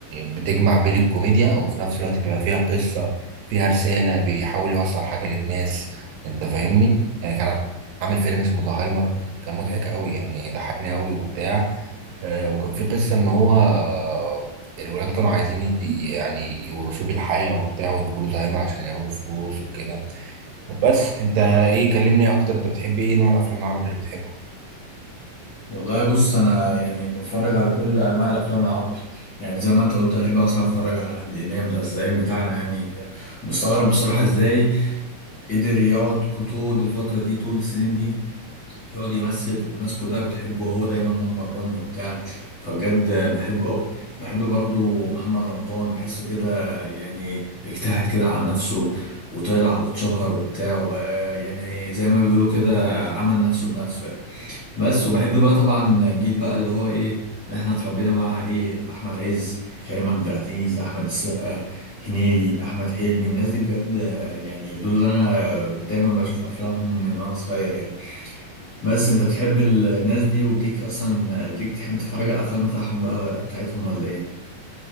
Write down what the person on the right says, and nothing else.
بتجمع بين الكوميديا وفي نفس الوقت بيبقى فيها قصة فيها رسالة بيحاول يوصل حاجة للناس انت فاهمني يعني كان عامل فيلم اسمه زهايمر كان مضحك قوي يعني ضحكني قوي وبتاع آه، وكان في قصة ان هو آه، الولاد كانوا عايزين ي- يعني يورثوه بالحياة وبتاع ويجيبوا له زهايمر عشان ياخدوا فلوس وكده بس انت ايه كلمني اكتر انت بتحب ايه نوع الافلام العربي اللي بتحبه